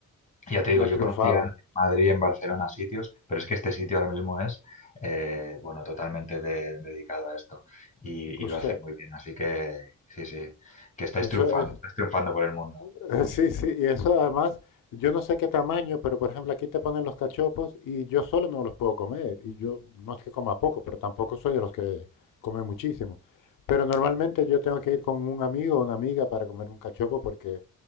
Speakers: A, on the left (about 25°); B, on the left (about 80°).
A: ya te digo,
B: y han
A: yo
B: triunfado.
A: conocía en Madrid, en Barcelona sitios, pero es que este sitio ahora mismo es, eh, bueno, totalmente de- dedicado a esto y,
B: O
A: y lo
B: sea,
A: hacen muy bien, así que sí, sí, que estáis
B: eso
A: triunfando,
B: es...
A: estáis triunfando por el mundo.
B: <laughs> Eh, Sí, sí, y eso además, yo no sé qué tamaño, pero por ejemplo aquí te ponen los cachopos y yo solo no los puedo comer. Y yo no es que coma poco, pero tampoco soy de los que come muchísimo. Pero normalmente yo tengo que ir con un amigo o una amiga para comer un cachopo porque